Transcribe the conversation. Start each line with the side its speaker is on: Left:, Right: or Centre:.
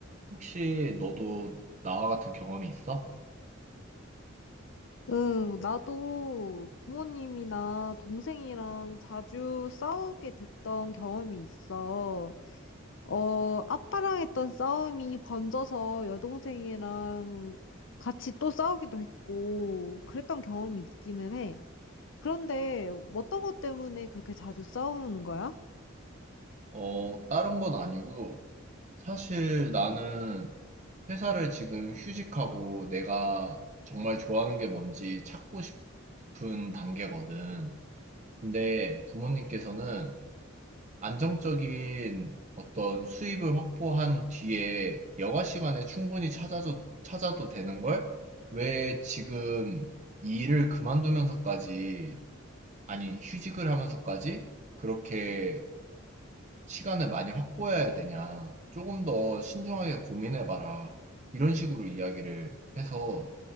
Right: 혹시 너도 나와 같은 경험이 있어?
Left: 응, 나도 부모님이나 동생이랑 자주 싸우게 됐던 경험이 있어. 어, 아빠랑 했던 싸움이 번져서 여동생이랑 같이 또 싸우기도 했고, 그랬던 경험이 있기는 해. 그런데 어떤 것 때문에 그렇게 자주 싸우는 거야?
Right: 어, 다른 건 아니고 사실 나는 회사를 지금 휴직하고 내가 정말 좋아하는 게 뭔지 찾고 싶은 단계거든. 근데 부모님께서는 안정적인 어떤 수입을 확보한 뒤에 여가 시간에 충분히 찾아도, 찾아도 되는 걸 왜 지금 이 일을 그만두면서까지, 아니, 휴직을 하면서까지 그렇게 시간을 많이 확보해야 되냐. 조금 더 신중하게 고민해봐라. 이런 식으로 이야기를 해서